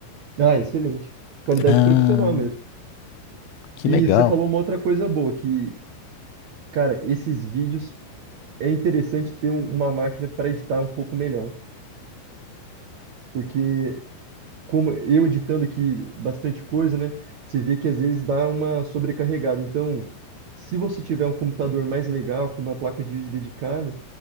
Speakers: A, on the right (about 60°); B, on the left (about 80°).
A: Ah, excelente. Qualidade
B: Ah,
A: profissional mesmo.
B: que
A: E
B: legal.
A: você falou uma outra coisa boa, que, cara, esses vídeos é interessante ter um- uma máquina para editar um pouco melhor, porque como eu editando aqui bastante coisa, né? Você vê que às vezes dá uma sobrecarregada. Então, se você tiver um computador mais legal, com uma placa de vídeo dedicada,